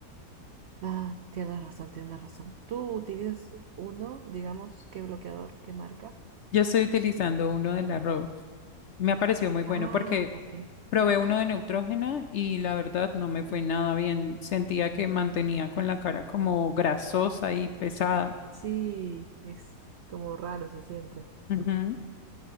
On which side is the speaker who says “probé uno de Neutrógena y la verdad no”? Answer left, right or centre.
Left